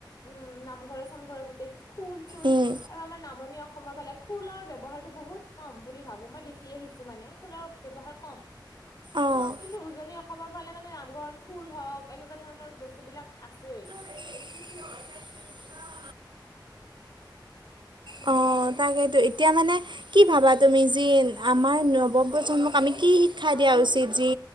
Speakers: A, on the left (about 50°); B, on the right (about 75°).
A: উম নামঘৰে চামঘৰে গোটেই খোল চুল
B: উম,
A: আৰু আমাৰ নামনি অসমৰ ফালে খুলৰ ব্যৱহাৰটো বহুত কম বুলি ভাবো মই দেখ দেখি আহিছো মানে খোলাৰ ব্যৱহাৰ কম
B: অঁ
A: কিন্তু উজনি অসমৰ ফালে মানে নামঘৰত খোল হওক এনেকুৱা ধৰণৰ বস্তুবিলাক আছেই
B: <inaudible>
A: সেইটোৱেই
B: অ' তাকেতো এতিয়া মানে কি ভাবা তুমি যি আমাৰ নৱপ্ৰজন্মক আমি কি শিক্ষা দিয়া
A: আৰু
B: উচিত যি